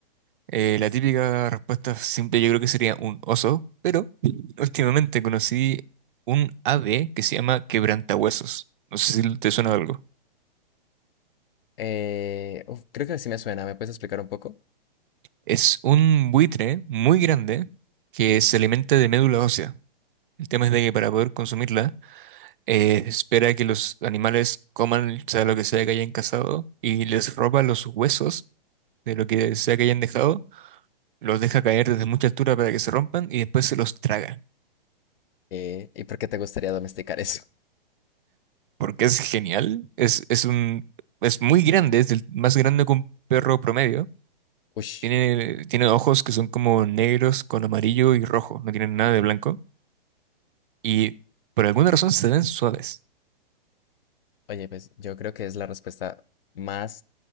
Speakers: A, on the right; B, on the left.
A: Eh, la típica respuesta simple yo creo que sería un oso, pero <laughs> últimamente conocí un ave que se llama quebrantahuesos. No sé si te suena de algo.
B: Eh, uf, creo que sí me suena, ¿me puedes explicar un poco?
A: Es un buitre muy grande que se alimenta de médula ósea. El tema es de que para poder consumirla, eh, espera que los animales coman, o sea lo que sea que hayan cazado, y les roba los huesos de lo que sea que hayan dejado, los deja caer desde mucha altura para que se rompan y después se los traga.
B: Eh, ¿y por qué te gustaría domesticar eso?
A: Porque es genial, es, es un, es muy grande, es el más grande que un perro promedio.
B: <laughs> Ush,
A: Tiene, tiene ojos que son como negros con amarillo y rojo, no tienen nada de blanco. Y por alguna razón se ven suaves.
B: oye, pues yo creo que es la respuesta más